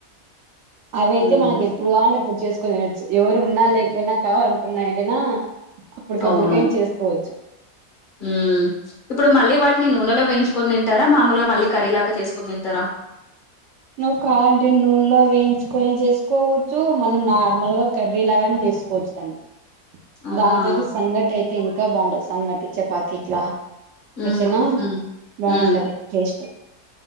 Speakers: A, on the right (about 65°); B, on the left (about 40°).
A: అదయితే
B: ఉమ్
A: మనకి ఎప్పుడు కావాలంటే అప్పుడు చేసుకోవచ్చు ఎవరు ఉన్నా లే మనం కావాలనుకున్నాగానీ ఎప్పటికప్పుటికైనా
B: అవును
A: చేసుకోవచ్చు
B: ఉమ్ ఇప్పుడు మళ్ళీ వాటిని నూనెలో వేయించుకోని తింటారా మామూలుగా మళ్ళీ కర్రీ లాక చేసుకుని తింటారా
A: నువ్వు కావాలంటే నూనెలో వేయించుకొని చేసుకోవచ్చు మనం నార్మల్ గా కర్రీ లాగాన చే సుకోవచ్చుదాన్ని
B: అవునా
A: దాంతో సంఘట అయితే ఇంకా బాగుంటది సంఘటి చపాతి ఇట్లా అయితేనే
B: ఉమ్ ఉమ్
A: బాగుంటది
B: ఉమ్
A: టేస్ట్